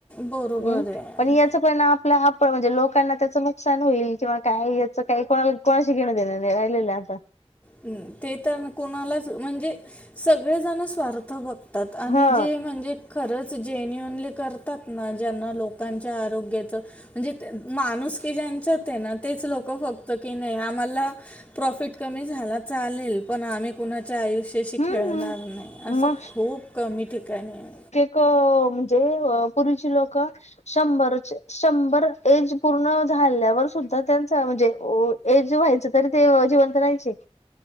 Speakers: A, on the left (about 20°); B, on the left (about 85°).
A: बरोबर
B: हम्मं
A: आहे.
B: पणं येतं आपणं आपलं हां म्हणजे लोकांना त्याचं नुकसांन होईल किंवा कायं याचं कांहीं कोणांला कोणांशी घेणं देणं नाहीं राहिलेल आंता.
A: हम्मं ते तरं कोणांलाच म्हणजे सगळेजंण स्वार्थ बघतं बघंतात आणि
B: हा
A: जे म्हणजे खरंच जेन्युनली करतांत नां ज्यांना लोकांच्या आरोग्याचं म्हणजे माणूसकी ज्यांच्यात आहे नां तेचं लोकं फक्तं की नाहीं आम्हांला प्रॉफिट कमी झालां चालेल पणं आम्हीं कुंणा च्या आयुष्याशी
B: हम्म
A: खेळणांर
B: हम्म
A: नाहीं असं
B: मग
A: खूंप कमी ठिकाणीं आहे.
B: कं म्हणजे पूर्वीची लोकं शंभर चं शंभर ऐज पूर्ण झाल्यांवर सुद्धां त्यांच म्हणजे ऐज व्हायचं तरी ते जिवंत राहायचे